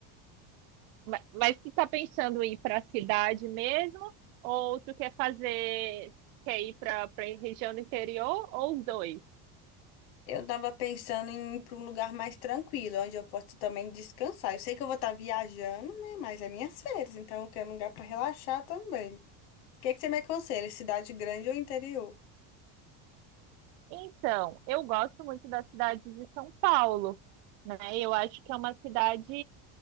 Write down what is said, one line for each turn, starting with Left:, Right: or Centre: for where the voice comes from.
Right: Ma- Mas tu tá pensando em ir para a cidade mesmo? Ou tu quer fazer, quer ir para para região do interior ou os dois?
Left: Eu tava pensando em ir para um lugar mais tranquilo, onde eu posso também descansar. Eu sei que eu vou estar viajando, né? Mas é minhas férias, então eu quero um lugar para relaxar também. O que que você me aconselha? Cidade grande ou interior?
Right: Então, eu gosto muito da cidade de São Paulo, né? Eu acho que é uma cidade